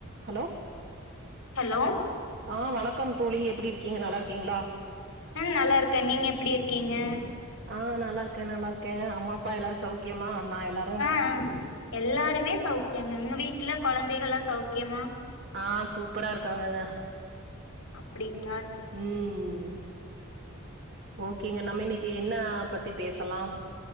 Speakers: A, on the right; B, on the left.
A: Hello
B: hello
A: ஆ வணக்கம் தோழி எப்படி இருக்கீங்க நல்லா இருக்கீங்களா
B: ம் நல்லா இருக்கே நீங்க எப்படி இருக்கீங்க
A: ஆ நல்லாருக்கே நல்லாருக்கே அம்மா அப்பா எல்லாரும் சவ்க்கியமா அண்ணா எல்லாரும்
B: அ எல்லாருமே சவ்க்கியந்தா உங்க வீட்ல கொழந்தைகள்லா சவ்க்கியமா
A: ஆ சூப்பரா இருக்காங்கங்க
B: அப்டிங்ளா
A: ம் ஓகேங்க நம்ம இன்னைக்கு என்ன பத்தி பேசலாம்